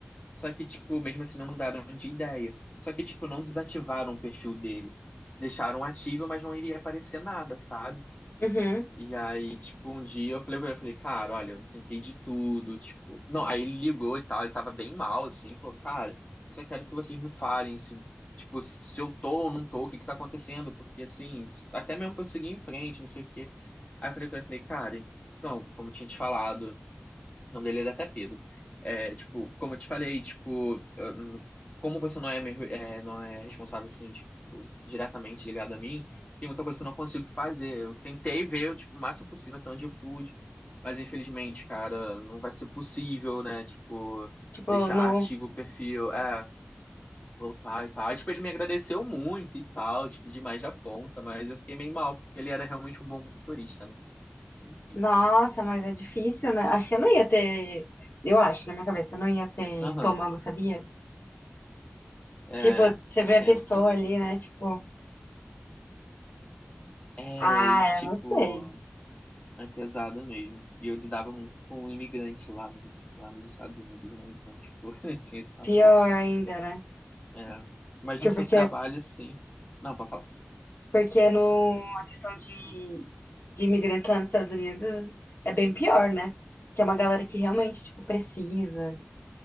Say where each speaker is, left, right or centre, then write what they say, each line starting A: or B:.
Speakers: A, on the left; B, on the left.
A: Só que, tipo, mesmo assim não mudaram de ideia. Só que, tipo, não desativaram o perfil dele. Deixaram ativo, mas não iria aparecer nada, sabe?
B: uhum.
A: E aí, tipo, um dia eu falei pra ele, eu falei, cara, olha, eu tentei de tudo, tipo. Não, aí ele ligou e tal, ele tava bem mal, assim, falou, cara, eu só quero que vocês me falem se, tipo, se eu tô ou não tô, o que que tá acontecendo, porque assim, até mesmo pra eu seguir em frente, não sei o quê. Aí eu falei com ele, eu falei, cara, então, como eu tinha te falado. O nome dele era até Pedro. É, tipo, como eu te falei, tipo, eu como você não é, meu- é, não é responsável, assim, tipo, diretamente ligado a mim, tem muita coisa que eu não consigo fazer. Eu tentei ver, tipo, o máximo possível até onde eu pude, mas infelizmente, cara, não vai ser possível, né? Tipo,
B: Tipo,
A: deixar
B: no.
A: ativo o perfil, é, voltar e tal. Aí, tipo, ele me agradeceu muito e tal, tipo, demais da conta, mas eu fiquei meio mal, porque ele era realmente um bom motorista, né? Enfim.
B: Nossa, mas é difícil, né? Acho que eu não ia ter. Eu acho, na minha cabeça, eu não ia ter
A: Aham,
B: estômago, sabia?
A: é,
B: Tipo, você
A: é
B: vê
A: tensa,
B: a pessoa
A: né?
B: ali, né? Tipo,
A: É,
B: ah,
A: e tipo,
B: eu não sei.
A: é pesado mesmo. E eu lidava muito com um imigrante lá nos, lá nos Estados Unidos, né? Então, tipo, <laughs> tinha esse fator
B: Pior
A: ainda.
B: ainda, né?
A: É. Mas
B: Tipo,
A: no seu
B: porque,
A: trabalho, sim. Não, pode falar.
B: porque no, a questão de, de imigrantes lá nos Estados Unidos é bem pior, né? Que é uma galera que realmente, tipo, precisa.